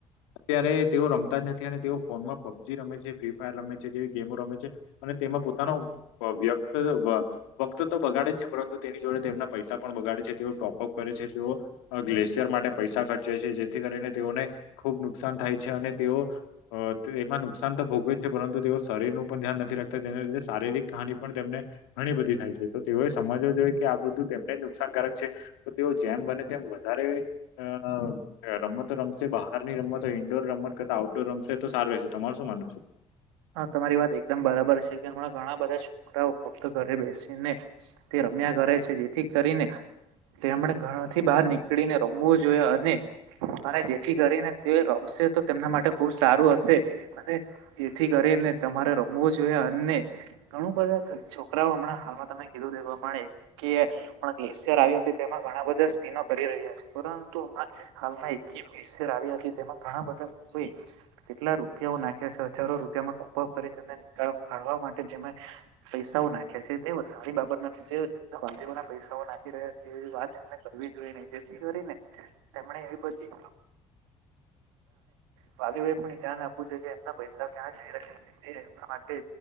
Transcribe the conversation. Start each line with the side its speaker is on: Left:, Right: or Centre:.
Left: અત્યારે તેઓ રમતા જ નથી અને તેઓ ફોનમાં પબજી રમે છે, ફ્રી ફાયર રમે છે, જેવી ગેમો રમે છે અને તેમાં પોતાનો વ્યક્ત વક્ત તો બગાડે જ છે પરંતુ તેની જોડે તેમના પૈસા પણ બગા ડે તેઓ ટોપઅપ કરે છે તેઓ ગ્લેશિયર માટે પૈસા ખર્ચ જાય જેથી કરીને તેઓને ખુબ નુકસાન થાય છે અને તેઓ અ તો એમાં નુકસાન તો ભોગવવે જ છે પરંતુ તેઓ શરીર નું પણ ધ્યાન ન તેના લીધે શારીરિક હાની પણ તેમને ઘણી બધી થાય છે તો તેઓએ સમજવું જોઈએ કે આ બધું તેમને નુકસાનકારક છે તો તેઓ જેમ બને તેમ વધારે અ રમતો રમશે બહાર ની રમત ઈન્ડોર રમત કરતા આઉટડોર રમશે તો સારું રહેશે તમાર શું માનવું છે?
Right: હા તમારી વાત એકદમ બરાબર છે કે હમણાં ઘણા બધા છોકરાઓ ફક્ત ઘરે બેસીને તે ર રમ્યા કરે છે જેથી કરીને તેમણે ઘરથી બહાર નીકળીને રમવું જોઈએ એને અને જેથી કરીને તે રમશ શે તો તેમના માટે ખુબ સારું હશે અને જે થી કરીને તમારે રમવું જોઈએ અને ઘણું બધા છોકરાઓ હમણાં હાલમાં તમે કીધું તેવા માણે કે પણ ગ્લેશિયર આવ્યુ તેમાં ઘણા બધા સ્પીનો કરી રહ્યા છે પરંતુ આમા હાલમાં એક <inaudible> આવી હતી તેમાં ઘણા બધા લોકોએ કેટલા રૂપિયાઓ નાખ્યા છે જારો રૂપિયામાં ટોપઅપ કરીને કાઢવા માટે જે પૈસાઓ નાખ્યા છે તે સારી બાબ નથી તે <unintelligible> ના પૈસાઓ નાખી રહ્યા છે એવી વાત એમને કરવી જોઈએ નઈ જેથી કરીને તેમણે એવી બધી <inaudible> વાલીઓ એ પણ ધ્યાન આપવું જોઈએ કે એમના પૈસા ક્યાં જઈ રહ્યા છે તે એમના માટે